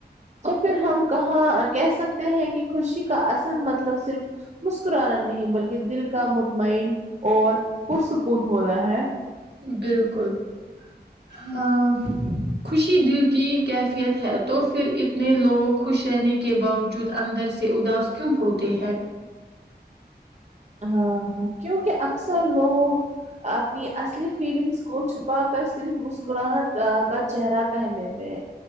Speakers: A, on the right; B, on the right.
A: تو پھر ہم کہاں کہہ سکتے ہیں کہ خوشی کا اصل مطلب صرف مسکرانا نہیں بلکہ دل کا مطمئن اور پرسکون ہوںا ہے
B: بالکل ہاں خوشی دل کی کیفیت ہے تو پھر اتنے لوگ خوش رہنے کے باوجود اندر سے اداس کیوں ہوتے ہیں
A: ہاں ہاں کیوںکہ اکثر لوگ اپنی اصلی فیلنگس کو چپ پا کر صرف مسکراہٹ کا چہرہ پہن لیتے ہیں